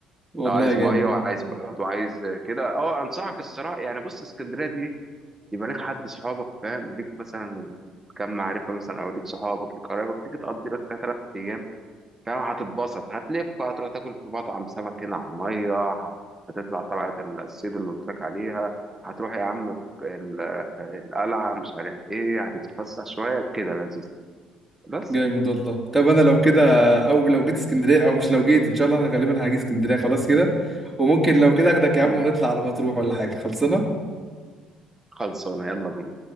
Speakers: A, in the centre; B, on the right.
A: والله
B: لو عايز
A: جامد
B: مية وعايز برد وعايز كده اه انصحك الصراحة يعني بص اسكندرية دي إيه؟ يبقى ليك حد صحابك فاهم ليك مثلا كم معرفة مثلا او ليك صحابك ليك قرايبك تيجي تقضي لك فيها تلات ايام فاهم هتتبسط هتلف هتروح تاكل في مطعم سمك هنا على المية هتطلع طلعة الصيد اللي قلت لك عليها هتروح يا عم ال- القلعة مش عارف ايه هتتفسح شوية كده لذيذ بس
A: جامد والله طب انا لو كده او لو جيت اسكندريه او مش لو جيت ان شاء الله انا غالبا هاجي اسكندريه خلاص كده وممكن لو كده اخدك يا
B: مم.
A: عم ونطلع على مطروح ولا حاجه خلصنا
B: خلصانة يلا بينا